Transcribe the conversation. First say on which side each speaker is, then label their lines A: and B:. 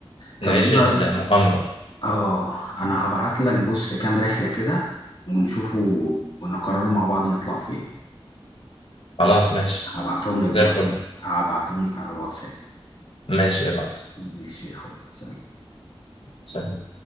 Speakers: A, on the left; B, on the left.
A: طب
B: نعيش
A: ايه
B: المغامرة
A: رأيك اه انا هبعت لك بص كام رحلة كده ونشوفوا ونقرروا مع بعض نطلع فين
B: خلاص ماشي
A: هبعتهم لك
B: زي
A: دلوقتي
B: الفل
A: هبعتهم لك على الواتساب
B: ماشي ابعت
A: ماشي يا حبيبي سلام.
B: سلام